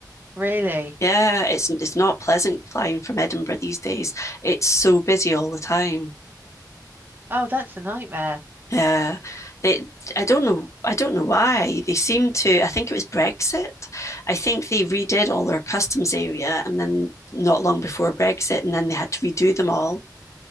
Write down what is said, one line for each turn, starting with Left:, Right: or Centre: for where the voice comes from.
Right: really.
Left: Yeah, it's it's not pleasant flying from Edinburgh these days. It's so busy all the time.
Right: Oh, that's a nightmare,
Left: Yeah, they, I don't know. I don't know why they seem to. I think it was Brexit. I think they redid all their customs area, and then not long before Brexit, and then they had to redo them all.